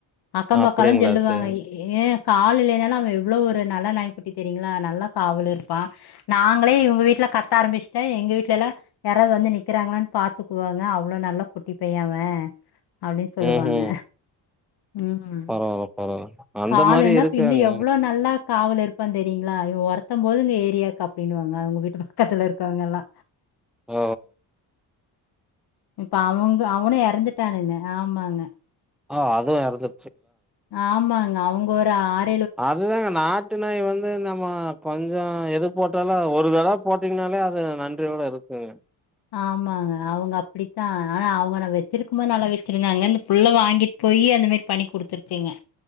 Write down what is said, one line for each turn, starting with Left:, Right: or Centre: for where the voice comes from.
Left: அக்கோ
Centre: அப்டிங்களா
Left: பக்கோல்லா செல்லுவாங்க
Centre: சேரி
Left: ஏன் கால் இல்லைனாலும் அவன் எவ்வளோ ஒரு நல்லா நாய்க்குட்டி தெரியங்களா நல்லா காவல் இருப்பான் நாங்களே இவங்க வீட்ல கத்த ஆரம்பிச்சுட்டே எங்க வீட்ல எல்லா யாராவது வந்து நிக்கிறாங்களான்னு பாத்துக்குவாங்க அவ்ளோ நல்ல குட்டி பைய அவன் அப்டின் சொல்லுவாங்க
Centre: ம்ஹும்
Left: ம்
Centre: பரவால்ல பரவால்ல அந்த
Left: கால்
Centre: மாரி
Left: இருந்தா
Centre: இருக்காங்க
Left: பின்ன எவ்வளோ நல்லா காவல் இருப் ப்பந் தெரியுங்களா இவன் ஒரத்த போது இங்க ஏரியாக்கு அப்டின்னுவாங்க அவங்க வீட்டு பக்கத்துல இருக்கவங்கல்லா
Centre: ஓ
Left: இப்ப அவங்க அவனு எறந்துட்டானுங்க ஆமாங்க
Centre: ஆ அதுவு இருந்தது
Left: ஆமாங்க அவுங் ஒரு ஆற்
Centre: அதுதாங்க நாட்டு நாய் வந்து நம்ம கொஞ்சோ எது போட்டாலு ஒர் ஒரு தடவ போட்டீங்னாலே அது நன்றியோட இருக்குங்க
Left: ஆமாங்க அவ்ங்க அப்டித்தா ஆனா அவ்ங்க நா வச்சிருக்கு போது நல்லா வச்சிருந்தாங்க இந்த புல்ல வாங்கிட்டு போயி அந்த மாரி பண்ணி குடுத்துருச்சிங்க